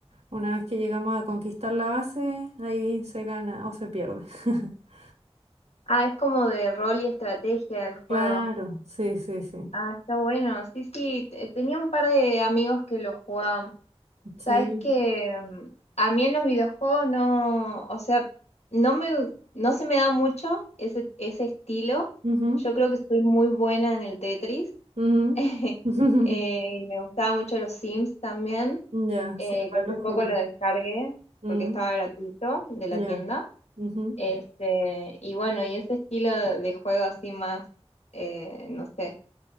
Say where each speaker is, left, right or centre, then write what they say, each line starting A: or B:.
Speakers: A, on the right; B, on the left.
A: Una vez que llegamos a conquistar la base, ahí se gana o se pierde. <laughs>
B: Ah, es como de rol y estrategia el juego.
A: Claro, sí, sí, sí.
B: Ah, está bueno. Sí, sí, te- tenía un par de amigos que lo jugaban.
A: Sí.
B: Sabes que mm, a mí en los videojuegos no, o sea, no me, no se me da mucho ese, ese estilo.
A: Ujú,
B: Yo creo que soy muy buena en el Tetris.
A: ujú.
B: <laughs>
A: <laughs>
B: Eh, y me gustaba mucho los Sims también,
A: Ya,
B: eh,
A: sí, igual
B: que hace
A: los
B: poco
A: jugué.
B: lo descargué
A: Mm,
B: porque estaba gratuito de la
A: ya.
B: tienda.
A: ujú.
B: Este, y bueno, y ese estilo de juego así más, eh, no sé,